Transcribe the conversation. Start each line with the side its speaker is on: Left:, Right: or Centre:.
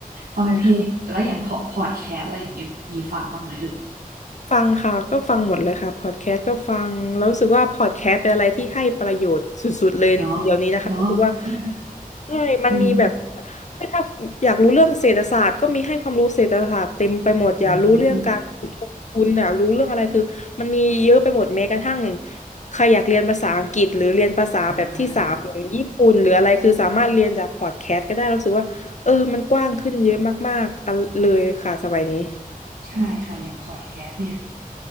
Right: ฟังเพลงแล้วอย่างพอพอดแคสต์อะไรอย่างเงี้ยมีฟังบ้างไหมเอ่ย
Left: ใช่ค่ะฟังค่ะก็ฟังหมดเลยค่ะพอดแคสต์ก็ฟังแล้วรู้สึกว่าพอดแคสต์เป็นอะไรที่ให้ประโยชน์สุดๆเลยเดี๋ยวนี้นะคะรู้สึกว่า
Right: เนาะเนาะเออ
Left: ใช่มันมีแบบ
Right: จริง
Left: เฮ้ยถ้าอยากรู้เรื่องเศรษฐศาสตร์ก็มีให้ความรู้เศรษฐศาสตร์เต็มไปหมดอยากรู้เรื่องการลงทุนอยากรู้เรื่องอะไรคือมันมีเยอะไปหมดแม้กระทั่ง
Right: อืม
Left: ใครอยากเรียนภาษาอังกฤษหรือเรียนภาษาแบบที่สามอย่างญี่ปุ่นหรืออะไรคือสามารถเรียนจากพอดแคสต์ก็ได้รู้สึกว่าเออมันกว้างขึ้นเยอะมากๆอันเลยค่ะสมัยนี้
Right: อ่าใช่ค่ะอย่างพอดแคสต์เนี่ย